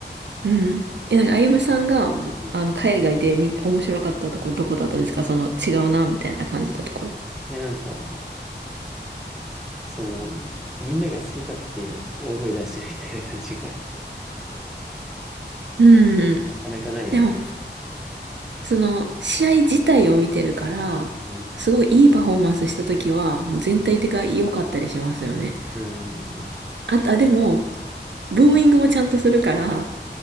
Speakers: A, on the right; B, in the centre.
A: うん。え、なんか、あゆむさんが、
B: うん。
A: あの、
B: い
A: 海外で見、面白かったとこ、どこだったですかその、違うな、みたいな感じたところ。
B: や、なんか、その、みみんなが好き勝手大声出してるみたいな感じが
A: うん。
B: <laughs> なかなかないなと。
A: でも、その、試合自体を見てるから、
B: うん、
A: すごいいいパフォーマンスした時は、もう全体的が良かったりしますよね。
B: うん、うん、
A: あ、あ、でも、ブーイングもちゃんとするから、